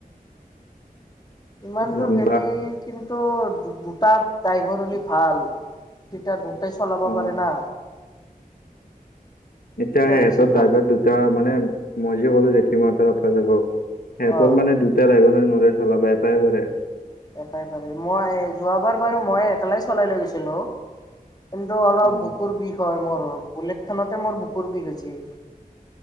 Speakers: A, on the left; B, on the left.
A: ইমান দূৰ
B: লংকা
A: গে'লি কিন্তু দু দুটা ড্ৰাইভৰ হ'লি ভাল তেতিয়া দু টাই চলাব
B: অ
A: পাৰে না।
B: এতিয়া
A: তেতিয়া
B: হেহঁতৰ
A: বেছি ভাল
B: ড্ৰাইভৰ দুটা মানে মই যে কলো জেঠী মা হত পৰা যাব। হেহঁতৰ
A: অ
B: মানে দুটা ড্ৰাইভাৰ নৰে চলাবা এটাই পাৰে।
A: এটাই পাৰে মই যোৱাবাৰ বাৰু
B: অ
A: মই একালে চলাই লৈ গৈছিলো। কিন্তু অলপ
B: অ'
A: বুকুৰ বিষ হয় মোৰ, বুলেট খনতে মোৰ বুকুৰ বিষ হৈছে।